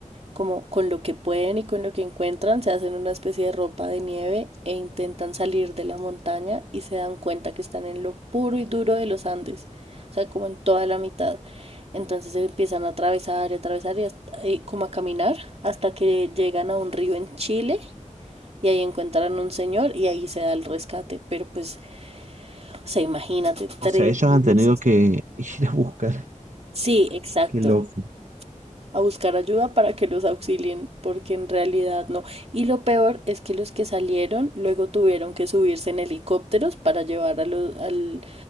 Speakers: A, on the right (about 50°); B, on the right (about 70°).
A: como con lo que pueden y con lo que encuentran, se hacen una especie de ropa de nieve e intentan salir de la montaña y se dan cuenta que están en lo puro y duro de los Andes, o sea, como en toda la mitad. Entonces empiezan a atravesar y atravesar y, hasta- y como a caminar hasta que llegan a un río en Chile y ahí encuentran un señor y ahí se da el rescate. Pero pues, o sea, imagínate tres
B: O sea, ellos
A: meses.
B: han tenido que <laughs> ir a buscar.
A: Sí, exacto.
B: Qué loco,
A: a buscar ayuda para que los auxilien, porque en realidad no. Y lo peor es que los que salieron luego tuvieron que subirse en helicópteros para llevar a, los, al,